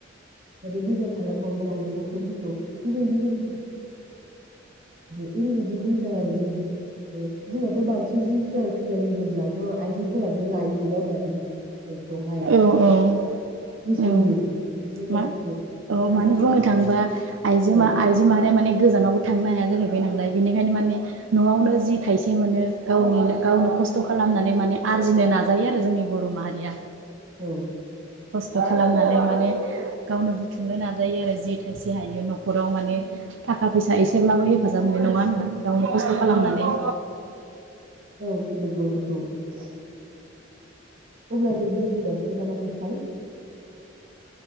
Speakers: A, on the right; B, on the right.
A: माने मोजां खालामबावनो हायो दं नखरफोरखौ बेबायदिनो ओरैबायदि मोजां आरो जों <inaudible> जोंथ' बांसिन केजि <inaudible> फिथाइ होनोब्ला थ' आइजोफोरानो लायो नङा होमबा बे फिसिनायखौहाय
B: औ औ
A: गोसो
B: औ
A: होयो
B: औ
A: जुुनार
B: मा
A: फिसि
B: औ मानो बुंनो थाङोबा
A: <inaudible>
B: आइजो
A: औ
B: मा आइजो माहारिया माने गोजानावबो थांनो हाया जाहै बायनालाय बिनिखायनो माने न'आवनो जि थाइसे मोनो गावनि गावनो खस्थ' खालामनानै माने आरजिनो नाजायो आरो जोंनि बर' माहारिया।
A: औ
B: खस्थ' खालामनानै माने गावनो बुथुमनो ना जायो आरो जि थाइसे हायो न'खराव माने थाखा फैसा एसेब्लाबो हेफाजाब मोननाय नङा होनबा गावनो खस्थ' खालामनानै
A: औ नंगौ <unintelligible> अब्ला जों दोनथ' जासिगोन नामा नोंथां?